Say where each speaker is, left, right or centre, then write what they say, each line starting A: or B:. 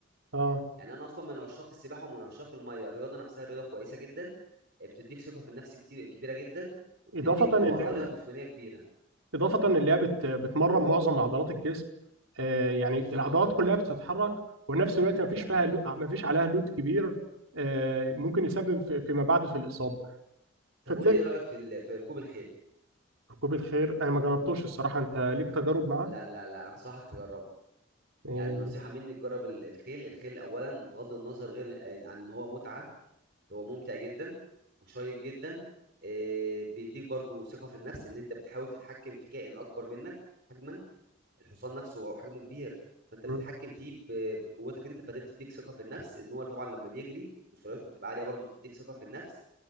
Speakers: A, on the right; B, on the right.
A: اه
B: يعني انا اصلا من عشاق السباحه ومن عشاق الميه الرياضه نفسها رياضه كويسه جدا آه، بتديك ثقه في النفس كتير كبيره جدا وبتديك
A: اضافه
B: قوه
A: اللعبه
B: عضليه وجسمانيه كبيره
A: اضافه اللعبه بت... بتمرن معظم عضلات الجسم آه يعني
B: بالظبط
A: العضلات كلها بتتحرك وفي نفس الوقت ما فيش
B: مظبوط
A: فيها لو- ما فيش عليها لود كبير آه ممكن يسبب في... فيما بعد في الاصابه
B: طب
A: فتلاقي
B: قول لي ايه رايك في ال... في ركوب الخيل
A: ركوب الخيل انا ما جربتوش الصراحه انت ليك تجارب معاه
B: لا لا لا انصحك تجربه
A: آه
B: يعني نصيحه مني تجرب ال- الخيل الخيل اولا بغض النظر غير آه، عن ان هو متعه هو ممتع جدا وشيق جدا إيه بيديك برضو ثقه في النفس ان انت بتحاول تتحكم في كائن اكبر منك حجما الحصان نفسه هو حجمه كبير فانت
A: مم.
B: بتتحكم فيه ب- بقوتك انت فده بتديك ثقه في النفس ان هو طبعا لما بيجري وسرعته بتبقى عاليه برضو بتديك ثقه في النفس